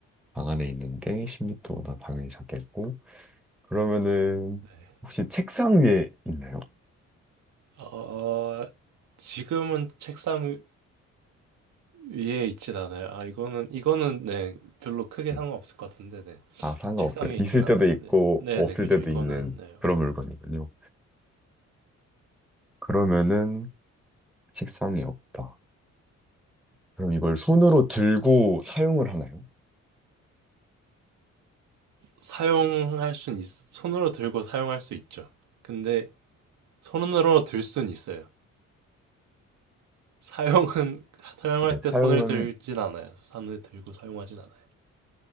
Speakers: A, in the centre; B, on the right.
A: 방 안에 있는데 10m보다 당연히 작겠고. 그러면은
B: 어, 네.
A: 혹시 책상 위에 있나요?
B: 어, 지금은 책상 위에 있진 않아요. 아, 이거는, 이거는, 네, 별로 크게
A: 네.
B: 상관없을 것 같은데, 네.
A: 아, 상관없어요.
B: 책상 위에 있진
A: 있을
B: 않아요,
A: 때도 있고,
B: 네. 네네,
A: 없을
B: 그렇죠.
A: 때도
B: 이거는,
A: 있는
B: 네.
A: 그런 물건이군요. 그러면은 책상이 없다. 그럼 이걸 손으로 들고 사용을 하나요?
B: 사용할 순, 있, 손으로 들고 사용할 수 있죠. 근데, 손으로 들 순 있어요. 사용은, <laughs> 사용할
A: 네,
B: 때
A: 사용은,
B: 손을 들진 않아요. 손을 들고 사용하진 않아요.